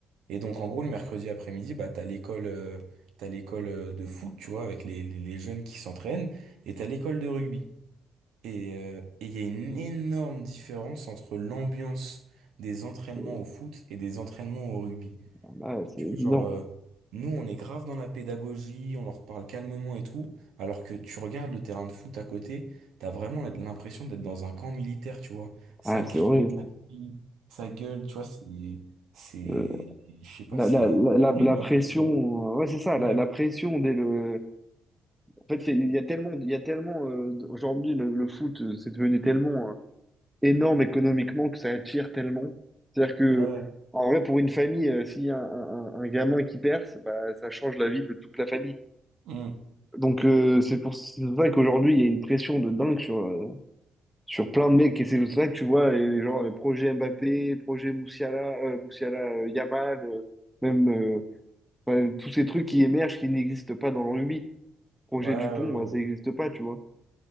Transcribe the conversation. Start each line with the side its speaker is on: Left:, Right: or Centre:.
Right: Et donc, en gros, le mercredi après-midi, bah, t'as l'école euh, t'as l'école euh, de foot, tu vois, avec les, les les jeunes qui s'entraînent, et t'as l'école de rugby. Et euh, et il y a une énorme différence entre l'ambiance des entraînements
Centre: c'est
Right: au foot et des entraînements au rugby.
Centre: ah, bah, c'est
Right: Tu
Centre: évident.
Right: vois, genre, euh, nous, on est grave dans la pédagogie, on leur parle calmement et tout, alors que tu regardes le terrain de foot à côté, t'as vraiment la- l'impression d'être dans un camp militaire, tu vois. Ça
Centre: Ah, c'est
Right: crie,
Centre: horrible.
Right: ça crie, ça gueule, tu vois, c'est, c'est,
Centre: Euh,
Right: je sais pas,
Centre: la,
Right: c'est
Centre: la, la, la-
Right: horrible
Centre: la pression,
Right: un peu, tu vois.
Centre: euh, ouais, c'est ça,
Right: Ouais,
Centre: la, la pression dès le. En fait, c'est- il y a tellement, il y a tellement euh, d- aujourd'hui le, le foot, euh, c'est devenu tellement euh, énorme économiquement que ça attire tellement. C'est-à-dire que,
Right: ouais. ouais.
Centre: en vrai, pour une famille, euh, s'il y a un, un, un- un gamin qui perce, bah, ça change la vie de toute la famille.
Right: Mm.
Centre: Donc, euh, c'est pour, c'est pour ça qu'aujourd'hui, il y a une pression de dingue sur, euh, sur plein de mecs. Et c'est pour ça que tu vois, les genre, les projets Mbappé, projet Moussiala, euh, Moussiala, euh, Yamal, euh, même. euh, Enfin, tous ces trucs qui émergent, qui n'existent pas dans le rugby. Projet
Right: Ouais, ouais,
Centre: Dupont, bah, ça
Right: ouais.
Centre: n'existe pas, tu vois.